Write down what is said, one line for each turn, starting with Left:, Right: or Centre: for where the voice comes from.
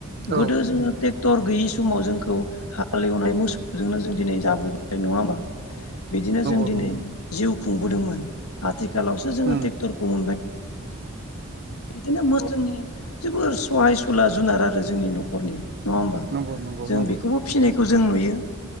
Left: गोदो
Right: औ
Left: जोङो ट्रेक्टर गैयि समाव जोंखौ हालेवनाय मोसौ जोंनो जों दिनै जाबोबाय नङा होमा बिदिनो
Right: नंगौ
Left: जों दिनै
Right: नंगौ
Left: जिउ खुंबोदोंमोन आथिखालावसो जोङो
Right: उम
Left: ट्रेक्ट'रखौ मोनबाय। बिदिनो मो जोंनि जोबोर सहाय सुला जुनार आरो जोंनि न'खरनि। नङा होमबा
Right: नंगौ नंगौ
Left: जों
Right: नंगौ
Left: बेखौबो फिसि खौ जों नुयो